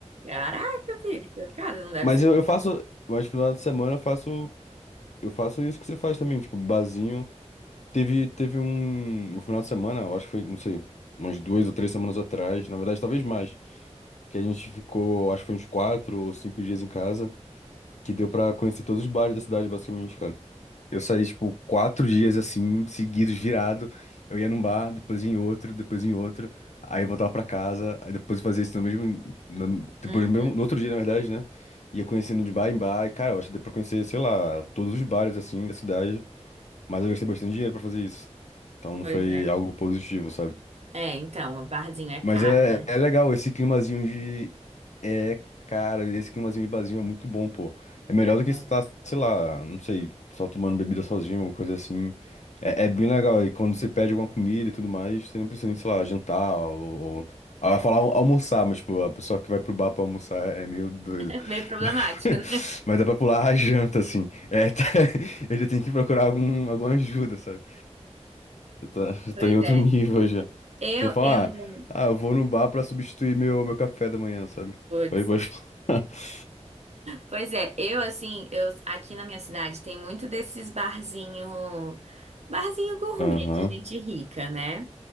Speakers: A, on the right; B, on the left.
A: caraca, filho, cara,
B: <laughs>
A: não deve
B: Mas
A: ser.
B: eu, eu faço, mas no final de semana eu faço, eu faço isso que você faz também, tipo, barzinho. Teve, teve um, um final de semana, eu acho que foi, não sei, umas duas ou três semanas atrás, na verdade, talvez mais, que a gente ficou, acho que foi uns quatro ou cinco dias em casa, que deu pra conhecer todos os bares da cidade, basicamente, cara. Eu saí, tipo, quatro dias assim, seguidos, virado. Eu ia num bar, depois ia em outro, depois em outro. Aí eu voltava pra casa, aí depois eu fazia isso no mesmo. no- depois
A: Uhum,
B: no mesmo, no outro dia, na verdade, né? Ia conhecendo de bar em bar, e, cara, eu acho que deu pra conhecer, sei lá, todos os bares assim da cidade. Mas eu gastei bastante dinheiro pra fazer isso. Então não
A: pois
B: foi
A: é.
B: algo positivo, sabe?
A: É, então, o barzinho é caro,
B: Mas é,
A: né?
B: é legal, esse climazinho de. É, cara, esse climazinho de barzinho é muito bom, pô. É melhor
A: Eu gosto.
B: do que estar,
A: <laughs>
B: sei lá, não sei, só tomando bebida sozinho, alguma coisa assim. É, é bem legal. E quando você pede alguma comida e tudo mais, você não precisa nem, sei lá, jantar ou. ou... Ah, eu ia falar al- almoçar, mas, tipo, a pessoa que vai pro bar pra almoçar é meio doido.
A: É meio problemático,
B: Mas,
A: né?
B: <laughs> mas dá pra pular a janta, assim. É, <laughs> tá- ele tem que procurar algum, alguma ajuda, sabe? Eu tá, <laughs>
A: Pois
B: tá em outro
A: é.
B: nível já. A
A: Eu,
B: pessoa fala,
A: eu não.
B: ah, ah, eu vou no bar pra substituir meu, meu café da manhã, sabe?
A: Putz.
B: Aí pode falar. <laughs>
A: Pois é, eu assim, eu aqui na minha cidade tem muito desses barzinho, barzinho gourmet
B: Aham.
A: de gente rica, né?